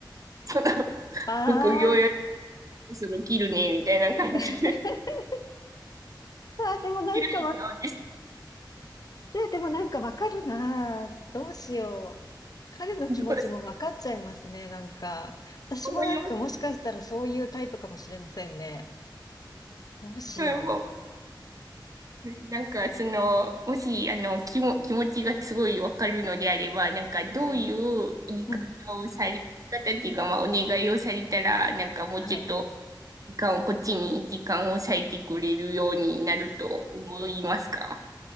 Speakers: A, on the right (about 45°); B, on the left (about 50°).
A: その
B: ああ。
A: 副業やるそろ切るね、みたいな感じで
B: <laughs> あー、
A: <laughs>
B: でもなんかわ、
A: 切られちゃうんです。
B: ねえ、ねえでもなんかわかるなあ。どうしよう。彼の気持ちもわかっちゃいますね、
A: どう
B: なんか。私もなんかもしかしたらそういうタイプかもしれませんね。
A: 思います。
B: どうしよう。
A: はいもう、なんかその、もし、あの、気も、気持ちがすごいわかるのであれば、なんかどういう言い方をされ、
B: はい。うん。
A: 言い方っていうか、まあ、お願いをされたら、なんかもうちょっと、
B: はい。
A: 時間を、こっちに時間を割いてくれるようになると思いますか